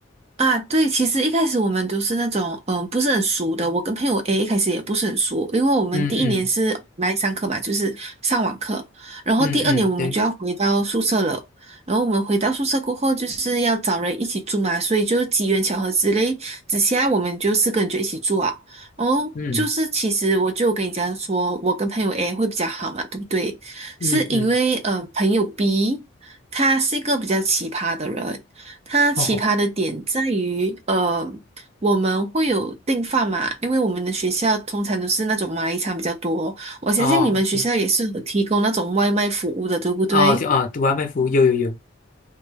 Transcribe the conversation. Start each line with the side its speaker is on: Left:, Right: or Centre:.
Right: 啊，对，其实一开始我们都是那种，嗯、不是很熟的。我跟朋友 A 一开始也不是很熟，因为我们第一年是来上课嘛，
Left: 嗯嗯
Right: 就是上网课，然后第二年我们就要回到宿舍了。
Left: 嗯嗯，对，
Right: 然后我们回到宿舍过后，就是要找人一起住嘛，所以就机缘巧合之类之下，我们就四个人就一起住啊。哦，
Left: 嗯
Right: 就是其实我就跟你讲说，我跟朋友 A 会比较好嘛，对不对？
Left: 嗯嗯，
Right: 是因为呃，朋友 B 他是一个比较奇葩的人，它奇葩的点在于，
Left: 哦
Right: 呃，我们会有订饭嘛，因为我们的学校通常都是那种马来餐比较多，我相信你们学校也是有提供那种外卖服务的，
Left: 哦对
Right: 对不对？
Left: 哦就啊，读完卖服务有有有，